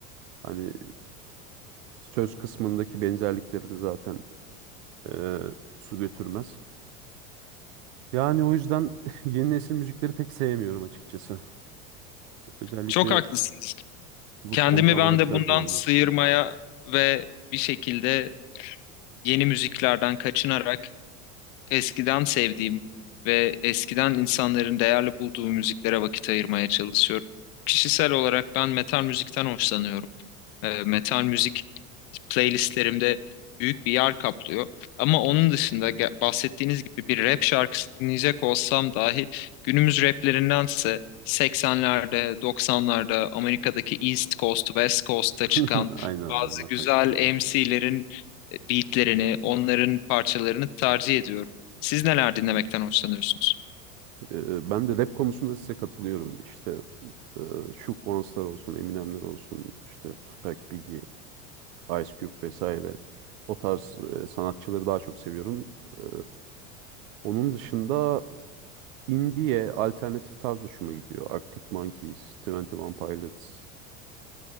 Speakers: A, on the right; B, on the left.
A: Hani söz kısmındaki benzerlikleri de zaten e, su götürmez. Yani o yüzden <laughs> yeni nesil müzikleri pek sevmiyorum açıkçası. Özellikle
B: Çok haklısınız.
A: bu
B: Kendimi
A: son zamanda
B: ben de
A: trend
B: bundan
A: olanlar.
B: sıyırmaya ve bir şekilde yeni müziklerden kaçınarak Eskiden sevdiğim ve eskiden insanların değerli bulduğu müziklere vakit ayırmaya çalışıyorum. Kişisel olarak ben metal müzikten hoşlanıyorum. Ee, metal müzik playlistlerimde büyük bir yer kaplıyor. Ama onun dışında ge- bahsettiğiniz gibi bir rap şarkısı dinleyecek olsam dahi günümüz raplerindense 80'lerde, 90'larda Amerika'daki East Coast, West Coast'ta
A: <laughs>
B: çıkan
A: Aynen
B: bazı
A: onlar
B: güzel
A: çok güzel.
B: MC'lerin beatlerini, onların parçalarını tercih ediyorum. Siz neler dinlemekten hoşlanıyorsunuz?
A: E, ben de rap konusunda size katılıyorum. İşte e, şu Kuanslar olsun, Eminemler olsun, işte Tupac, Biggie. Ice Cube vesaire. O tarz e, sanatçıları daha çok seviyorum. Ee, onun dışında indie'ye alternatif tarz hoşuma gidiyor. Arctic Monkeys, Twenty One Pilots.